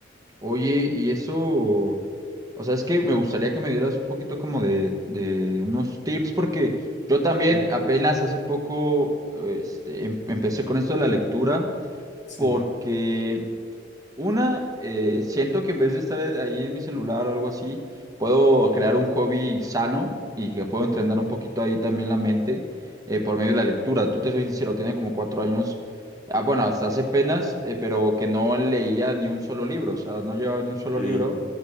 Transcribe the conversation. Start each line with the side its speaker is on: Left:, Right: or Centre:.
Right: Oye, y eso, o sea, es que me gustaría que me dieras un poquito como de, de unos tips, porque yo también
Left: Mm.
Right: apenas hace poco, este, em- empecé con esto de la lectura,
Left: Sí,
Right: porque... Una, eh, siento que en vez de estar e, ahí en mi celular o algo así, puedo crear un hobby sano y que puedo entrenar
Left: Mm.
Right: un poquito ahí también la mente eh, por medio de la lectura. Tú te soy sincero, tiene como cuatro años, ah, bueno, hasta hace penas, eh, pero que no leía ni un solo libro, o sea, no llevaba ni un solo
Left: eh,
Right: libro.